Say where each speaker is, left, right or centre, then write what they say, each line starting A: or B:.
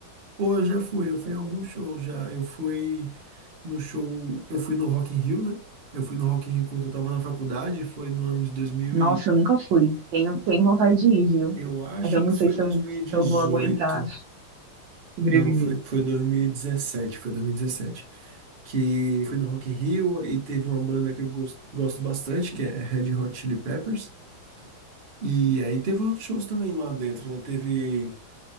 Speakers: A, on the right; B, on the right.
A: Pô, eu já fui, eu fui a alguns shows já. Eu fui. no show. Eu fui no Rock in Rio, né? Eu fui no Rock in Rio quando eu tava na faculdade, foi no ano de 2000
B: Nossa,
A: e...
B: eu nunca fui. Tenho, tenho vontade de ir, viu?
A: Eu acho
B: Mas eu não
A: que foi
B: sei se
A: 2018.
B: eu, se eu vou aguentar. Sobrevivi.
A: Não, foi, foi 2017, foi 2017. Que fui no Rock in Rio e teve uma banda que eu gosto, gosto bastante, que é Red Hot Chili Peppers. E aí teve outros shows também lá dentro, né? Teve